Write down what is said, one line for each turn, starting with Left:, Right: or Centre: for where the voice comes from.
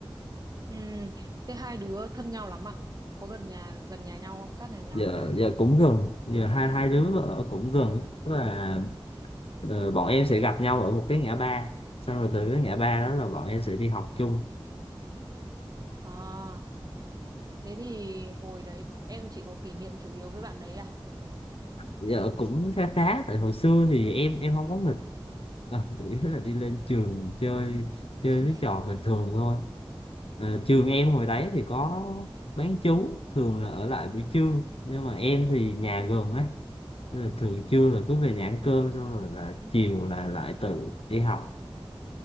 Right: Ừm, thế hai đứa thân nhau lắm à? Có gần nhà gần nhà nhau không? Sát nhà nhau
Left: giờ
Right: luôn không?
Left: giờ cũng gần giờ hai hai đứa ở cũng gần tức là Ờ, bọn em sẽ gặp nhau ở một cái ngã ba xong rồi từ cái ngã ba đó là bọn em sẽ đi học chung
Right: À, thế thì hồi đấy em chỉ có kỷ niệm chủ yếu với bạn đấy à?
Left: giờ cũng khá khá tại hồi xưa thì em em không có nghịch à, chủ yếu là đi lên trường chơi chơi
Right: <laughs>
Left: mấy trò bình thường thôi Ờ, trường em hồi đấy thì có bán trú thường là ở lại buổi trưa nhưng mà em thì nhà gần ấy nên là thường trưa là cứ về nhà ăn cơm xong rồi là chiều là lại tự đi học